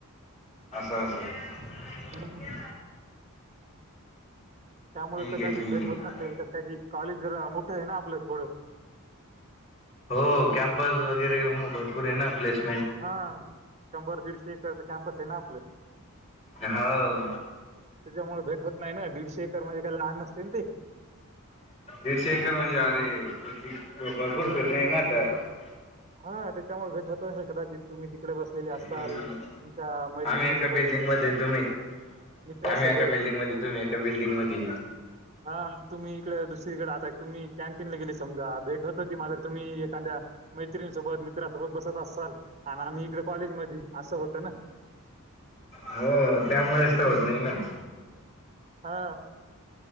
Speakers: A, on the left; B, on the right.
A: अससं असं
B: हं. त्यामुळे
A: ठीक
B: कदाचित
A: आहे ठीक
B: भेट होत
A: आहे
B: नसेल कस कॉलेज जरा मोठं आहे ना आपलं थोडं
A: हो कॅम्पस वगैरे मग भरपूर आहे ना प्लेस
B: हा शंभर दीडशे एकरच कॅम्पस आहे ना आपलं
A: हो
B: त्याच्यामुळे भेट होत नाही ना दीडशे एकर म्हणजे काय लहान नसतीना ते
A: <unintelligible>
B: हा त्याच्यामुळे भेट होतल कदाचित तुम्ही इकडे बसलेली असताल
A: हम्म
B: तुमच्या मैत्रिणी
A: आम्ही एका
B: सोबत
A: बिल्डिंग मध्ये तुम्ही
B: मित्रसोबत
A: आम्ही एका बिल्डिंग मध्ये तुम्ही एका बिल्डिंग मध्ये
B: हा तुम्ही इकडे दुसरीकडे आता तुम्ही कॅन्टीनला गेली समजा भेट होत हो ती माझी तुम्ही एखाद्या मैत्रीणीसोबत मित्रासोबत बसत असाल आणि आम्ही इकडे कॉलेज मदी असं होतं ना
A: हो त्यामुळेच तर होत नाही ना
B: हा